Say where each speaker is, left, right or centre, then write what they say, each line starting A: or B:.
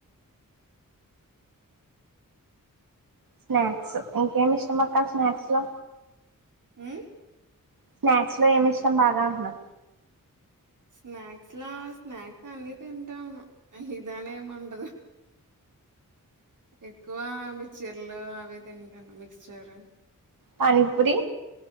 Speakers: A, on the right; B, on the right.
A: స్నాక్స్ ఇంకేంటి ఇష్టం అక్క స్నాక్స్ లో
B: ఉ
A: స్నాక్స్ లో ఏమి ఇష్టం బాగా అంటున్నా
B: స్నాక్స్ లోలా స్నాక్స్ అన్ని తింటాను. అహదానే ఏమిండదు. ఎక్కువ మీ చీరలు అవే తింటాను మిక్స్ చేయడం
A: పనీపూరి